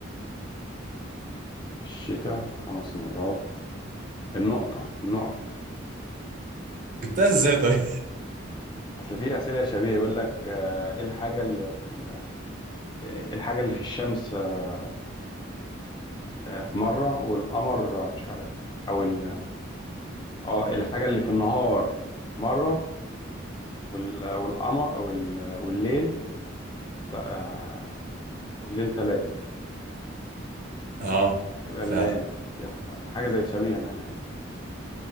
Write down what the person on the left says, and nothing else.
الشتاء خمس مرات النقطة النقط
أصل في أسئلة شبيهة يقول لك آه، إيه الحاجة اللي في ال... إيه الحاجة اللي في الشمس آه، آه، في مرة والقمر آه، مش عارف أو ال... اه الحاجة اللي في النهار مرة وال- والقمر وال- والليل تا- والليل ثلاثة
يبقى
اللام كده حاجة زي شبيهة منها يعني